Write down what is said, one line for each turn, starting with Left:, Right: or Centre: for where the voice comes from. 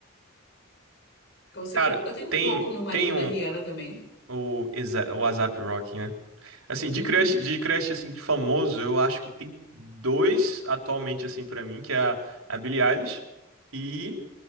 Left: Com certeza.
Right: Cara,
Left: Eu tenho um
Right: tem,
Left: pouco no marido
Right: tem um,
Left: da Rihanna também.
Right: o, Exa- o ASAP Rocky, Assim,
Left: Uhum.
Right: de crush, de crush assim, de famoso, eu acho que tem dois atualmente assim pra mim, que é a, a Billie Eilish e